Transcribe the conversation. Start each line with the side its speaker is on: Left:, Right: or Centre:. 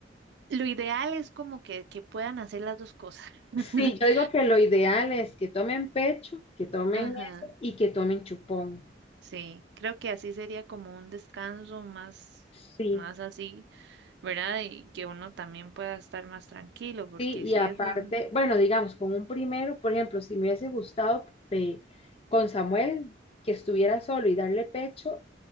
Right: Lo ideal es como que, que puedan hacer las dos cosas. <laughs>
Left: Sí, yo digo que lo ideal es que tomen pecho, que tomen
Right: Ajá.
Left: eso y que tomen chupón.
Right: Sí, creo que así sería como un descanso más,
Left: Sí,
Right: más así, ¿verdad? Y que uno también pueda estar más tranquilo, porque
Left: Sí, y
Right: si
Left: aparte,
Right: eso,
Left: bueno, digamos, con un primero, por ejemplo, si me hubiese gustado eh, con Samuel que estuviera solo y darle pecho,